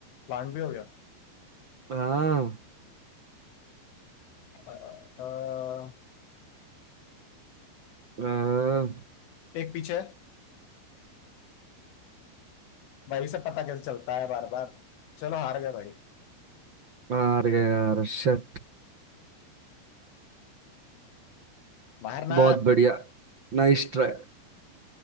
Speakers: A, on the left; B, on the right.
A: प्लांट भी हो गया
B: हाँ
A: अ, अ,
B: हाँ,
A: एक पीछे है भाई से पता कैसे चलता है बार बार चलो हार गए भाई
B: मार गया यार शिट
A: मारना
B: बहुत बढ़िया Nice try